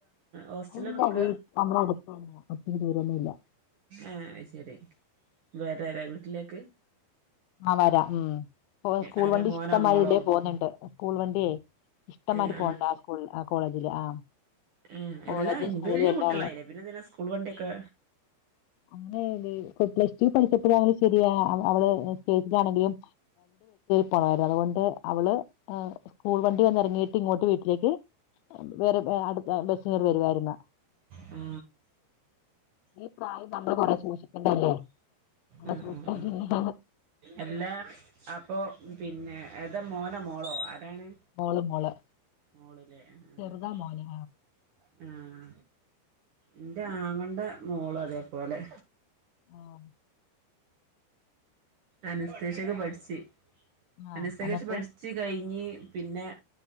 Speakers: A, on the right; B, on the left.
A: ഹോസ്റ്റലിൽ
B: അല്ല
A: നിക്ക
B: വീട് നമ്മളെ അടുത്തന്ന ഒത്തിരി ദൂരൊന്നുല്ല
A: ആ ശരി വേറാരാ വീട്ടിലേക്ക്
B: ആ വരാം ഉം സ്കൂൾ
A: ആരാ
B: വണ്ടി
A: മോനോ
B: ഇഷ്ടംമാതിരി
A: മോളോ
B: ഇതിലെ പോന്നുണ്ട് സ്കൂൾ വണ്ടിയേ ഇഷ്ട
A: ആഹ്
B: മാരി പോണ്ട് ആ സ്കൂൾ ആ കോളേജില് ആ
A: ആ
B: കോളേജും
A: എല്ലാ
B: സ്കൂളും
A: വല്യ
B: എല്ലാം
A: കുട്ടികളായില്ലേ
B: ഉള്ള
A: പിന്നെ എന്തിനാ സ്കൂൾ വണ്ടിയൊക്കെ
B: അങ്ങനെ പ്ലസ് ടു പഠിച്ചപ്പോഴ അങ്ങനെ ശരിയ അവള് സ്റ്റേജിലാണെങ്കിലും പോരുന്നു അതുകൊണ്ട് അവള് സ്കൂൾ വണ്ടി വന്നിറങ്ങി ട്ട് ഇങ്ങോട്ട് വീട്ടിലേക്ക് വേറെ അടുത്ത ബസ്സുകർ വരുവായിരുന്ന
A: ആ
B: ഈ പ്രായം നമ്മൾ കുറെ സൂക്ഷിക്കണ്ടല്ലേ നമ്മള്
A: ഉ ഉ
B: സൂക്ഷിച്ചാ പിന്നെ
A: എല്ലാ അപ്പൊ പിന്നെ ഏതാ മോന മോളോ എതാണ്
B: മോള് മോള്
A: മോളിലെ ആ
B: ചെറുതാ മോന്
A: ആഹ എന്റെ ആങ്ങന്റെ മോള അതേപോലെ
B: ആ
A: അനസ്തേഷെകൊ പഠിച്ച
B: ആഹ്
A: അനസകേഷ
B: എന്നിട്ട്
A: പഠിച്ചു കഴിഞ് പിന്നെ